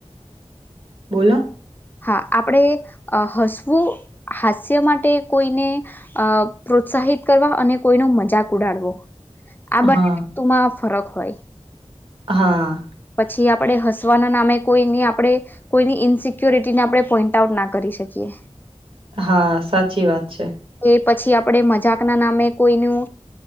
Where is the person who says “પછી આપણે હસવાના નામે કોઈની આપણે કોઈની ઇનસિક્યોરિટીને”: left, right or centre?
Left